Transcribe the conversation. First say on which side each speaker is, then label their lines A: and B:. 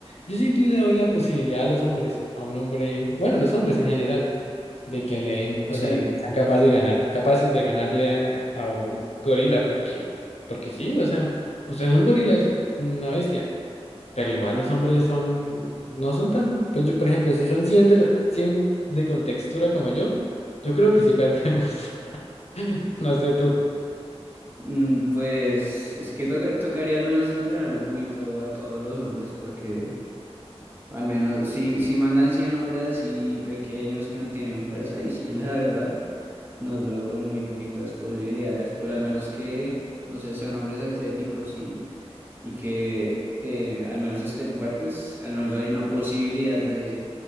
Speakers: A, on the left; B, on the right.
A: yo sí le doy la posibilidad a los hombres, a un hombre, bueno, a los hombres en general, de que le den, o
B: Sí,
A: sea, de que sean capaces de ganar, capaces de ganarle a, a un gorila, porque, porque sí, o sea, usted es un gorila, es una bestia. Pero igual los hombres son, no son tan, pues yo, por ejemplo, si son 100 de los 100 de contextura como yo, yo creo que sí perdemos. <laughs> No sé tú.
B: Mm, pues es que toca- tocaría al menos entrenar un poquito a todos los hombres porque al menos si, si mandan 100 hombres así pequeños que no tienen fuerza y sí, la verdad, nos veo con muy poquitas posibilidades, pero al menos que, no sé, sean hombres atléticos y, y que eh, al menos estén fuertes, al menos hay una posibilidad de,